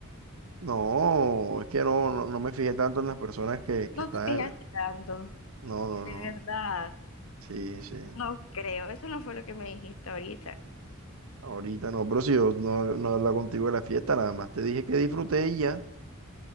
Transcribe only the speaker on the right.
No, es que no, no, no me fijé tanto en las personas que, que
están,
no, no,
no,
sí, sí,
ahorita no, pero si yo no, no he hablado contigo de la fiesta, nada más te dije que disfruté y ya.